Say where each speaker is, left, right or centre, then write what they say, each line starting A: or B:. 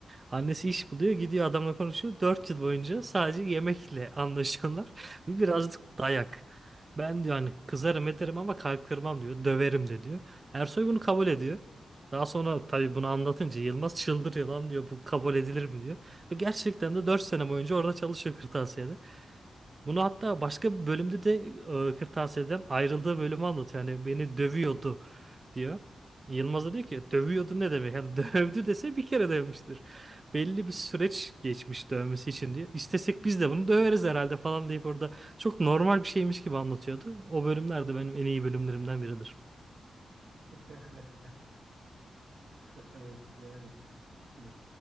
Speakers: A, on the right; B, on the right.
A: Annesi iş buluyor, gidiyor adamla konuşuyor. 4 yıl boyunca sadece yemekle anlaşıyorlar. <laughs> Birazcık dayak. Ben diyor hani kızarım ederim ama kalp kırmam diyor. Döverim de diyor. Ersoy bunu kabul ediyor. Daha sonra tabii bunu anlatınca Yılmaz çıldırıyor lan diyor bu kabul edilir mi diyor. Ve gerçekten de 4 sene boyunca orada çalışıyor kırtasiyede. Bunu hatta başka bir bölümde de e, kırtasiyeden ayrıldığı bölümü anlatıyor. Yani beni dövüyordu diyor. Yılmaz da diyor ki dövüyordu ne demek? Yani <laughs> dövdü dese bir kere dövmüştür. Belli bir süreç geçmiş dövmesi için diyor. İstesek biz de bunu döveriz herhalde falan deyip orada çok normal bir şeymiş gibi anlatıyordu. O bölümler de benim en iyi bölümlerimden biridir.
B: <laughs> Evet yani e,